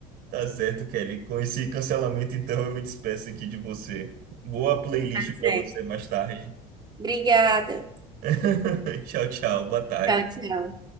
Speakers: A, on the right (about 55°); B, on the right (about 25°).
A: Tá certo, Kelly. Com esse cancelamento, então eu me despeço aqui de você. Boa playlist
B: Tá certo.
A: pra você mais tarde.
B: Obrigada.
A: <laughs> Tchau, tchau. Boa tarde.
B: Tchau, tchau.